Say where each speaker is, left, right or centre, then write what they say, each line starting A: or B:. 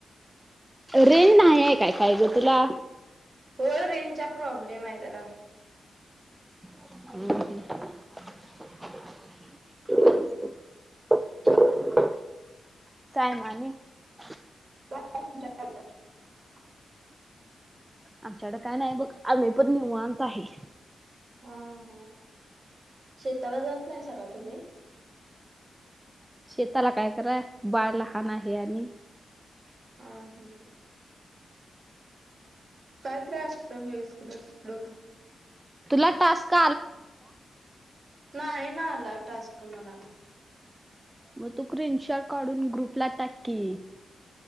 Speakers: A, on the right; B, on the right.
A: रेन नाही आहे काय काय ग तुला
B: होय रेंजचा प्रॉब्लेम आहे जरा
A: हम् ह सायमाने
B: <inaudible>
A: आमच्याकड काय नाही बघ आम्ही पण निवांत आहे
B: हा हा शेताला जात नाहीसा का तुम्ही
A: शेताला काय कराय बाळ लहान आहे आणि
B: हा हम काय तर असते की इकडे तिकडे
A: तुला टास्क
B: नाही ना आला टास्क मला.
A: मग तू क्रीन शर्ट काढून ग्रुपला टाक की.